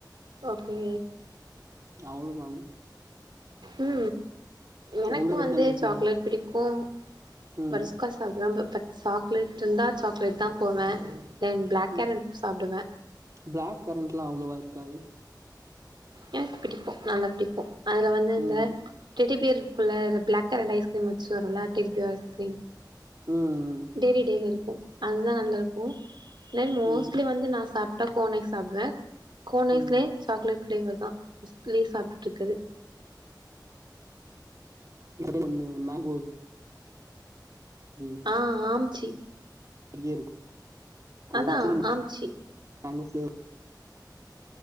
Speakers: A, on the right; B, on the right.
A: ஓகே
B: அவ்ளோதா
A: உ எனக்கு
B: உங்களுக்கு
A: வந்து
B: எந்த ஃப்ளேவர்
A: சாக்லேட் பிடிக்கும்
B: ம்
A: பட்டர் ஸ்காட்ச் சாப்டுவே பட் சாக்லேட் இருந்தா சாக்லேட்தா போவே தென் பிளாக்
B: ம்
A: கரன்ட் சாப்டுவே
B: பிளாக் கரெண்ட்லா அவ்ளோவா இருக்காது
A: எனக்கு பிடிக்கு நல்லா பிடிக்கு அதுல வந்து இந்த
B: ம்
A: டெடிபியர் இருக்குல்ல பிளாக் கரன்ட் ஐஸ்கிரீம் வச்சு வருல்ல டெடிபியர் ஐஸ்கிரீம்
B: உ உ
A: டைரி டேல இருக்கு அதுதா நல்லா இருக்கு தென் மோஸ்ட்லி
B: ம்
A: வந்து நா சாப் ட்டா கோன் ஐஸ் சாப்டுவே கோன்
B: ம்
A: ஐஸ்லயே சாக்லேட் ஃப்ளேவர்தா ஃபஸ்ட்லயே சாப்ட்டுட்டு இருக்கது
B: இப்டி ஒண்ணு மேங்கோது உ <unintelligible>
A: ஆ ஆம்ச்சி
B: டியே இருக்
A: அதா
B: ஒரிஜினல்
A: ஆம்ச்சி
B: மேங்கோ ஃபிளேவர்